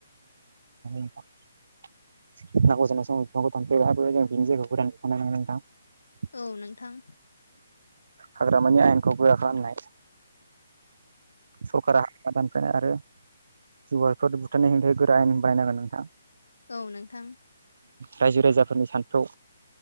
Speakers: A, on the right; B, on the left.
A: <inaudible> <unintelligible> <unintelligible> <inaudible>
B: औ नोंथां।
A: हाग्रामानि आयेनखौ गोरा खालामनाय। सरकारा हाग्रा दानफानाय आरो जुनारफोर बुथारनाय हेंथायै गोरा आयेन। बानायनांगोन नोंथां।
B: औ नोंथां।
A: रायजो राजाफोरनि सान्थौ।